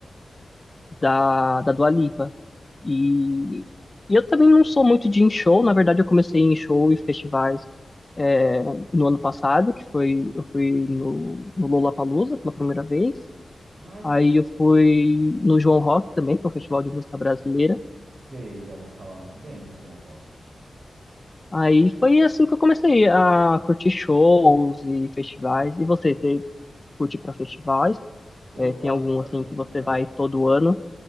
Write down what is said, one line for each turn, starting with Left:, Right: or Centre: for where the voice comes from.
Left: da, da Dua Lipa. E, e eu também não sou muito de ir em show, na verdade eu comecei em show e festivais é, no ano passado, que foi, eu fui no, no Lollapalooza pela primeira vez,
Right: Ai,
Left: aí
Right: que legal.
Left: eu fui no João Rock também, que é um festival de música brasileira,
Right: Sei, já ouvi falar muito bem desse João Rock.
Left: Aí foi assim que eu comecei a curtir shows e festivais. E você, você curte pra festivais?
Right: Eu
Left: É,
Right: gosto
Left: tem algum
Right: também,
Left: assim que você
Right: cara.
Left: vai todo ano?